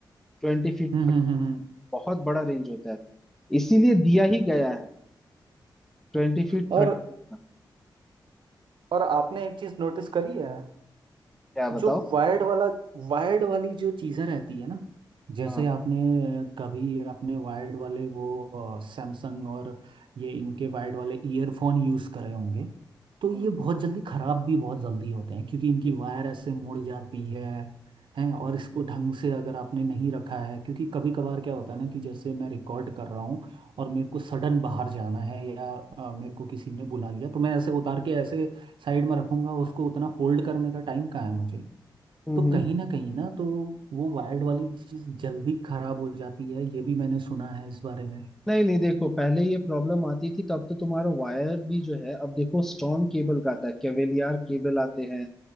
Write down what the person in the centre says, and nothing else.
Twenty feet
thirty
बहुत बड़ा रेंज होता है इसीलिए दिया ही गया है ट्वेंटी फीट
थर्टी फीट का
क्या
बताओ
हाँ
हम्म
हम्म,
हम्म।
नहीं नहीं देखो पहले ये प्रॉब्लम आती थी तब तो तुम्हारा वायर भी जो है अब देखो स्ट्रॉन्ग केबल का आता है केवेलियर केबल आते हैं